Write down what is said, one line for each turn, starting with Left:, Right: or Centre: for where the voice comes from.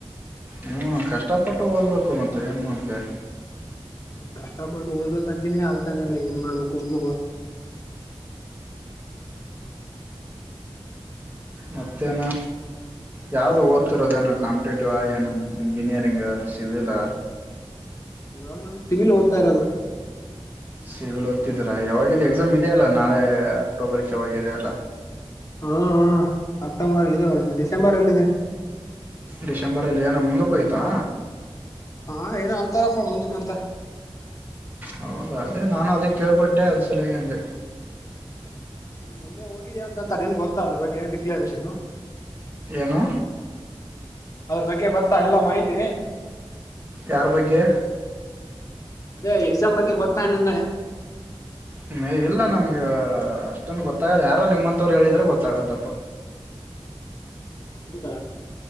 Right: ಹ್ಮ ಕಷ್ಟಪಟ್ಟು ಓದ್ಬೇಕು ಮತ್ತೆ ಏನ್ ಮಾಡ್ಬೇಕ
Left: ಕಷ್ಟಪಟ್ಟು ಓದಬೇಕ ಅಂತಿನನಿ ಆಗ್ತಾನೆ ಇಲ್ಲ ಏನ್ ಮಾಡ್ಬೇಕು ಒಂದ
Right: ಮತ್ತೇನು ಯಾವ್ದು ಓಟ್ ಇತ್ತರೋದನ ಕಂಪಿಟೇಟಿವ ಏನು ಇಂಜಿನಿಯರಿಂಗ್ ಸಿಿವಲಾ
Left: ಇವಾಗ ನಾು ಸಿಿವಲ್ಓದತಾ ಇರೋದು
Right: ಸಿಲ್ ಹೊತ್ತಿದ್ರಾ ಯಾವಾಗಾಗಿದೆ ಎಕ್ಸಾಮ್ ಇದೆಯಲ್ಲ ನಾಳೆ ಅಕ್ಟೋಬರ್ಕ್ ಯಾವಾಗಿದ ಅಲ್ಲ
Left: ಹ್ಮ ಹ ಅಕ್ಟೋಂಬರ್ ಇದು ಡಿಸೆಂಬರ್ ಅಲ್ಲ ಇಿದೆ
Right: ಡಿಸೆಂಬರಲ್ಲಿ ಏನ ಮುಂದಕ್ಕೆೋಯ್ತಾ
Left: ಹಾ ಏನ ಅಂತಾರಪ್ಪ ಮುಂದಕ್ಂತ
Right: ಹೌದಾ ಅದೇ ನಾನು ಅದಕ್ಕೆ ಕೇೇಳಳ್ಬಟ್ಟೆ ಅದ ಸಲಗೆ ಅಂದೆ
Left: ನನ್ ಮುಂದೆ ಹೋಗಿದೀಯ ಅಂತ ಅಂತ ನೀನ್ ಗೊತ್ತಾ ಅದ್ರ ಬಗ್ಗೆ ಡಿಕ್ಲೇಷನ್
Right: ಏನು
Left: ಅದ್ರ ಬಗ್ಗೆ ಗೊತ್ತಾ ಎಲ್ಲಾ ಮಾಹಿತಿ
Right: ಯಾರ ಬಗ್ಗೆ
Left: ಅದೇ ಎಕ್ಸಾಮ್ ಬಗ್ಗೆ ಗೊತ್ತತಾಯನಂದೆ
Right: ಹ್ಮ ಇಲ್ಲ ನಮ್ಗೆ ಅಷ್ಟೊನ್ ಗೊತ್ತಾಗಲ್ಲ ಯಾರೋ ನಿಮ್ಮಂತವ್ರು ಹೇಳಿದ್ರೆ ಗೊತ್ತಾಗತ್ತಪ್ಪ
Left: ಅಗೆ ಬ